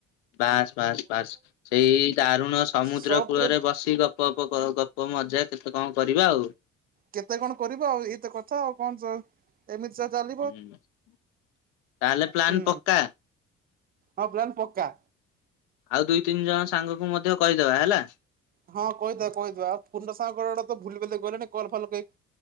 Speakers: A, on the left; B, on the right.
A: ବାସ୍ ବାସ୍ ବାସ୍ ସେଇ ଦାରୁଣ ସମୁଦ୍ର
B: ସପରେ
A: କୂଳରେ ବସି ଗପ ପ ପ ପ ଗପ ମଜା କେତେ କଣ କରିବା ଆଉ। ହୁଁ
B: କେତେ କଣ କରିବ ଆଉ ଏଇତ କଥା ଆଉ କଣ ଚ ଏମିତି ଚା ଚାଲି
A: ହୁଁ ତାହେଲେ ପ୍ଲାନ
B: ହୁଁ
A: ପକ୍କା।
B: ହଁ ପ୍ଲାନ୍ ପକା।
A: ଆଉ ଦୁଇ ତିନି ଜଣ ସାଙ୍ଗକୁ ମଧ୍ୟ କହିଦବା ହେଲା।
B: ହଁ କହିଦେବା କହିଦବା ଆଉ ପୁରନା ସାଙ୍ଗ ଗୁଡ଼ା ତ ଭୁଲି ଭାଲି ଗଲେଣି କଲ ଫଲ କେଇ